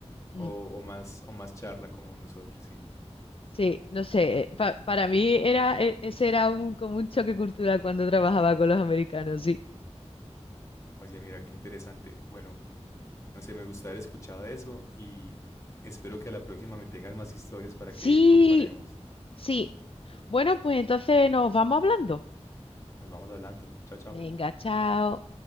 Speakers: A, on the left; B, on the left.
A: o,
B: ujú.
A: o más, o más charla como nosotros, sí.
B: Sí, no sé, eh, pa- para mí era, e- ese era un, como un choque cultural cuando trabajaba con los americanos, sí.
A: Oye, mira, qué interesante. Bueno, no sé, me gusta haber escuchado eso y espero que a la próxima me tengas más historias para
B: Sí,
A: que comparemos.
B: sí, Bueno, pues entonces nos vamos hablando.
A: Nos vamos hablando. Chao, chao.
B: Venga, chao.